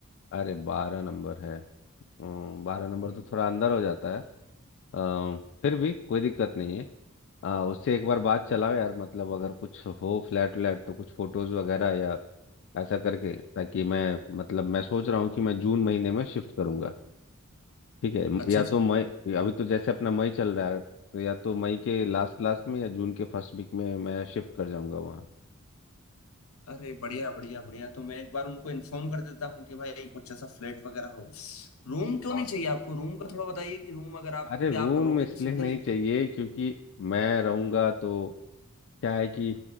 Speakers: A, on the left (about 55°); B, on the left (about 75°).
A: अरे बारह नंबर है अम, बारह नंबर
B: हम्म
A: तो थोड़ा अंदर हो जाता है अ, फिर भी कोई दिक्कत नहीं है अ, उससे एक बार बात चलाओ यार मतलब अगर कुछ हो फ्लैट व्लैट तो कुछ फोटोज वगैरह या ऐसा करके ताकि मैं मतलब मैं सोच रहा हूँ कि मैं जून महीने में शिफ्ट करूंगा ठीक है
B: अच्छा
A: या
B: अच्छा
A: तो मई अभी तो जैसे अपना मई चल रहा है तो या तो मई के लास्ट लास्ट में या जून के फर्स्ट वीक में मैं शिफ्ट कर जाऊंगा वहाँ
B: अरे बढ़िया बढ़िया बढ़िया तो मैं एक बार उनको इन्फॉर्म कर देता हूँ कि भाई कुछ ऐसा फ्लैट वगैरह हो रूम क्यों
A: और
B: नहीं चाहिए आपको रूम का थोड़ा बताइए कि रूम अगर आप
A: अरे
B: क्योंकि
A: रूम
B: आप रहोगे
A: इसलिए
B: तो सिंगल
A: नहीं
B: ही ना
A: चाहिए क्योंकि मैं रहूंगा तो क्या है कि